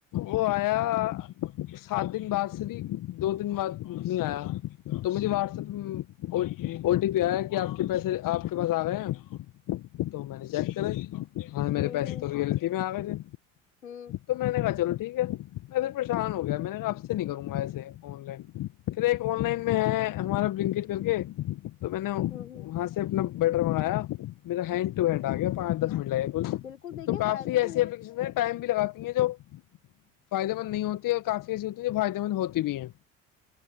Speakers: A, on the left; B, on the left.
A: وہ آیا سات دن بعد سے بھی دو دن بعد نہیں آیا تو مجھے واٹس ایپ پہ او ٹی پی آیا کہ آپ کے پیسے آپ کے پاس آ گئے ہیں تو میں نے چیک کرا ہاں میرے
B: ہوں
A: پیسے
B: ہوں
A: تو ریلٹی میں آ گئے تھے
B: ہوں
A: تو میں نے کہا چلو ٹھیک ہے میں پھر پریشان ہو گیا میں نے کہا آپ سے نہیں کروں گا ایسے آن لائن پھر ایک آن لائن میں ہے ہمارا بلنکٹ کر کے تو میں نے
B: ہوں ہوں۔
A: وہاں سے اپنا بیٹر منگایا میرا ہینڈ ٹو ہینڈ آ گیا پانچ دس منٹ لگے گا کل
B: بالکل دیکھیے
A: تو کافی
B: فائدے
A: ایسی
B: بھی
A: اپلیکشن ہیں ٹائم بھی لگاتی ہیں جو فائدے مند نہیں ہوتی اور کافی ایسی ہوتی ہے جو فائدے مند ہوتی بھی ہیں